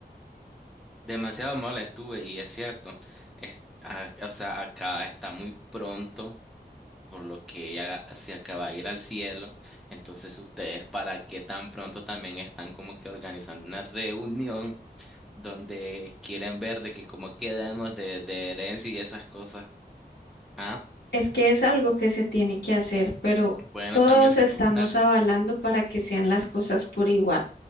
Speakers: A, in the centre; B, on the left.
A: Demasiado mole tuve y es cierto, es- a- o sea, acá está muy pronto. por lo que ella se acaba de ir al cielo. Entonces, ustedes, ¿para qué tan pronto también están como que organizando una reunión donde quieren ver de que cómo quedamos de, de herencia y esas cosas? Ah,
B: Es que es algo que se tiene que hacer, pero
A: bueno,
B: todos
A: también se
B: estamos
A: puede.
B: avalando para que sean las cosas por igual,